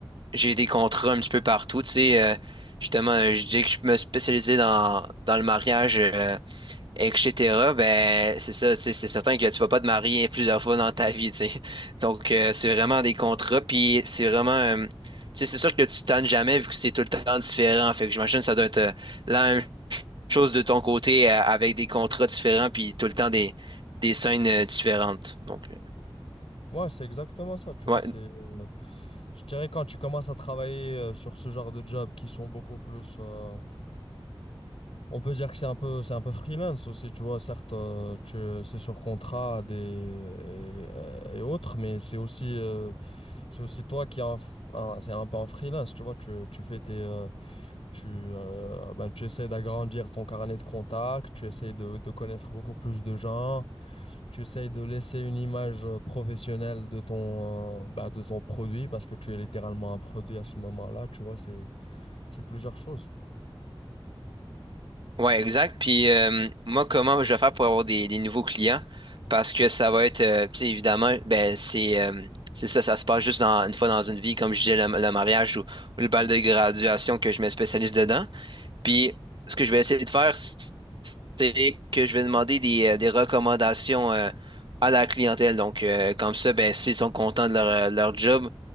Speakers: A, on the right (about 55°); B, on the left (about 85°).
A: j'ai des contrats un petit peu partout. Tu sais, euh, justement, euh, je dis que je me spécialisais dans, dans le mariage, euh, etc. Ben, c'est ça, tu sais, c'est certain que tu vas pas te marier plusieurs fois dans ta vie, tu sais. <laughs> Donc, euh, c'est vraiment
B: Exactement.
A: des contrats, puis c'est vraiment... euh, tu sais, c'est sûr que tu te tannes jamais vu que c'est tout le temps différent. Fait que j'imagine que ça doit être euh, la même chose de ton côté euh, avec des contrats différents puis tout le temps des, des scènes euh, différentes. Donc, euh,
B: Ouais, c'est exactement ça, tu vois,
A: ouais.
B: c'est, euh, je dirais quand tu commences à travailler euh, sur ce genre de jobs qui sont beaucoup plus, euh, on peut dire que c'est un peu, c'est un peu freelance aussi, tu vois, certes, euh, tu, c'est sur contrat des, et, euh, et autres, mais c'est aussi, euh, c'est aussi toi qui es en f- en- c'est un peu en freelance, tu vois, tu, tu fais tes, euh, Tu, euh, ben, tu essaies d'agrandir ton carnet de contacts, tu essaies de, de connaître beaucoup plus de gens, tu essaies de laisser une image euh, professionnelle de ton, euh, ben, de ton produit parce que tu es littéralement un produit à ce moment-là, tu vois, c'est, c'est plusieurs choses.
A: Ouais, exact. Puis euh, moi, comment je vais faire pour avoir des, des nouveaux clients? Parce que ça va être, euh, tu sais, évidemment, ben c'est euh, c'est ça, ça se passe juste dans, une fois dans une vie, comme je disais, le, le mariage ou, ou le bal de graduation que je me spécialise dedans. Puis ce que je vais essayer de faire, c'est que je vais demander des, euh, des recommandations euh, à la clientèle. Donc, euh, comme ça, ben, s'ils sont contents de leur, euh, leur job,